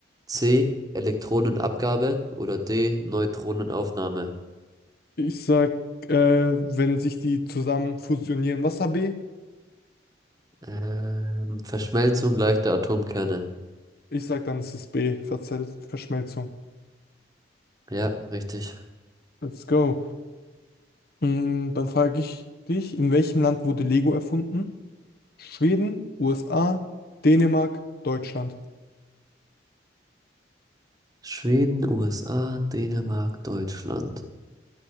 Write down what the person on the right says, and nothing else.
C. Elektronenabgabe. Oder D. Neutronenaufnahme.
Ähm, Verschmelzung leichter Atomkerne.
Ja, richtig.
Schweden, USA, Dänemark, Deutschland.